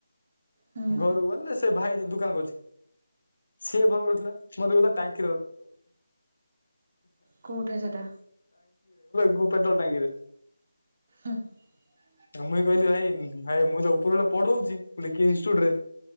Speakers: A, on the right; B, on the left.
A: ହୁଁ
B: ଘରୁ ଗଲେ ସେ ଭାଇ ଯେ ଦୁକାନ କରିଚି। ସିଏ ଫୋନ କରୁଥିଲା, ମତେ କହୁଥିଲା ଟାଇମ୍
A: କୋଉଠେ ସେଟା?
B: <unintelligible> ପେଟ୍ରୋଲ ଟାଙ୍କିରେ।
A: <inaudible>
B: ମୁଇଁ କହିଲି ଭାଇ, ଭାଇ ମୁଁ ଯ ଉପର ବଳେ ପଢଉଛି <unintelligible>